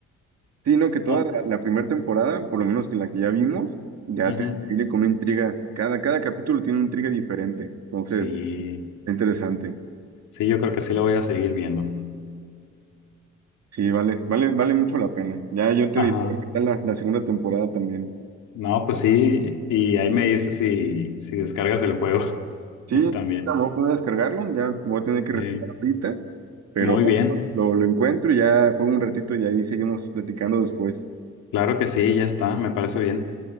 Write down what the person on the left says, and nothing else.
no.
ujú,
Sí,
sí, yo creo que sí lo voy a seguir viendo.
Ajá.
No, pues sí, y ahí me dices si, si descargas el juego
<laughs>
también.
Eh,
muy bien,
claro que sí, ya está, me parece bien.